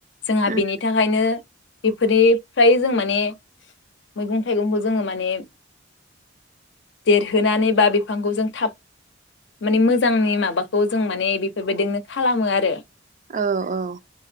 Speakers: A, on the left (about 65°); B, on the right (about 40°).
A: जोंहा
B: उम
A: बिनि थाखायनो बेफोरनि फ्राय जों माने मैगं थाइगंखौ जों माने देरहोनानै बा बिफांखौ जों थाब माने मोजांनि माबाखौ जों मान ने बेफोरबायदिनो खालामो आरो <unintelligible>
B: औ औ